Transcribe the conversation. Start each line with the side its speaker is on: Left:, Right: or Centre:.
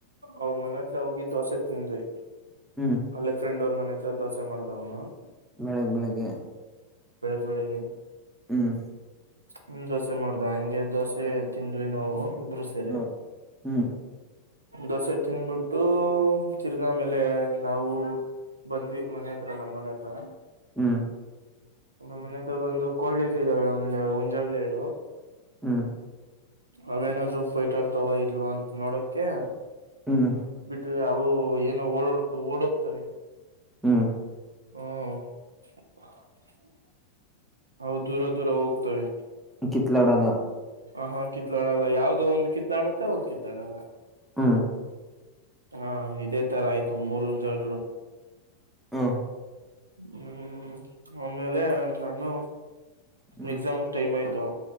Right: ಅವ್ರ ಮನೆ ಹತ್ರ ಹೋಗಿ ದೋಸೆ ತಿಂದ್ವಿ
Centre: ಹ್ಮ್
Right: ಅಲ್ಲೇ ಫ್ರೆಂಡ್ ಅವ್ರ ಮನೆ ಹತ್ರ ದೋಸೆ ಮಾಡ್ದವ್ನ ಅವನು
Centre: ಬೆಳಿಗ್ಗೆ ಬೆಳಿಗ್ಗೆ
Right: ಬೆಳಗ್ನೆ
Centre: ಹ್ಮ್
Right: ಹ ದೋಸೆ ಮಾಡ್ದ ಹಂಗೆ ದೋಸೆ ತಿಂದ್ವಿ ನಾವು ಇಬರು ಸೇರಿ
Centre: ಹ್ಮ್ ಹ್ಮ್
Right: ದೋಸೆ ತಿನ್ಬಿಟ್ಟು ತಿರ್ಗ್ಮೇಲೆ ನಾವು ಬಂದ್ವಿ ಮನೆ ಹತ್ರ ನಮ್ ಮನೆ ಹತ್ರ
Centre: ಹ್ಮ್
Right: ಮನೆತ ಬಂದು ಕೋಳಿಗ್ಗಳ ಇದಿದಾವೆ ಒಂದು ಹಂಜಾಗಲೆ ಎರಡು
Centre: ಹ್ಮ್
Right: ಅವೇನಾದ್ರು ಫೈಟ್ ಆತಾವ ಇಲ್ವಾ ಅಂತ ನೋಡಕ
Centre: ಹ್ಮ್
Right: ಬಿಟ್ಟ ಓ ಏನೋ ಓಡಾಡ್ತು ಓಡೋಗ್ತವೆ
Centre: ಹ್ಮ
Right: ಹ್ಮ ಅವು ದೂರ ದೂರ ಹೋಗ್ತವೆ
Centre: ಕಿತ್ಲಾಡಲ್ಲ
Right: ಹ ಹಾ ಕಿತ್ಲಾಡಲ್ಲ ಯಾವ್ದದು ಒಂದ್ ಕಿತ್ಲಾಡುತ್ತೆ ಒಂದ್ ಕಿತ್ಲಾಡಲ್ಲ
Centre: ಹ್ಮ
Right: ಹಾ ಇದೇ ತರ ಆಯ್ತು ಮೂರುಂಜಾಗಗಳು
Centre: ಹ್ಮ್
Right: ಹ್ಮ್ ಆಮೇಲೆ ನಾನು
Centre: ಹ್ಮ್
Right: ಎಕ್ಸಾಮ್ ಟೈಮ್ ಆಯ್ತು